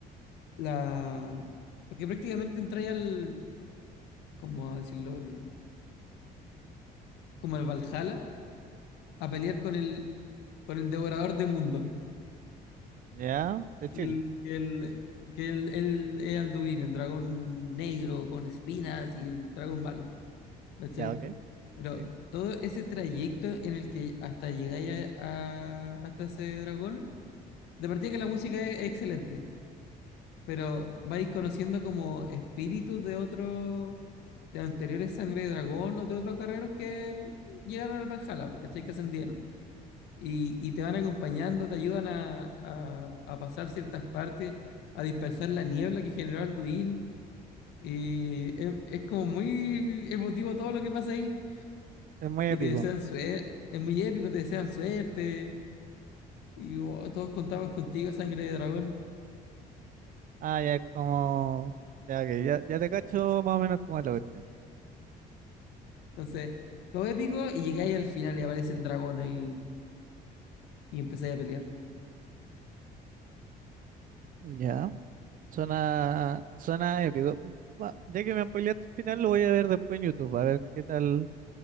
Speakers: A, on the left; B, on the right.
A: La... Porque prácticamente entráis al, cómo decirlo, Al- como al Valhalla, a pelear con el, con el devorador de mundo,
B: Ya, de
A: que
B: chill.
A: el, que el, que el, el Ealduin, el dragón negro con espinas y el dragón malo, ¿cachai?
B: Ya, ok,
A: Pero
B: sí.
A: todo ese trayecto en el que hasta llegáis a- a- hasta ese dragón, de partida que la música es excelente, pero vais conociendo como espíritus de otros, de anteriores Sangre de Dragón o de otros carreros que el- llegaron al Valhalla, porque que ascendieron. Y, y te van acompañando, te ayudan a, a- a pasar ciertas partes, a dispersar la niebla que generó Alduin. Y es, es como muy emotivo todo lo que pasa ahí.
B: Es muy
A: Y
B: épico.
A: te desean suerte, es muy épico, te desean suerte. Y oh, todos contamos contigo, Sangre de Dragón.
B: Ah, ya es como... Ya, ok, ya, ya te cacho más o menos como es la cuestión.
A: Entonces, todo épico y llegáis al final y aparece el dragón ahí y empezáis a pelear.
B: Ya. Suena, suena épico. Va, ya que me spoileaste el final, lo voy a ver después en YouTube, a ver qué tal,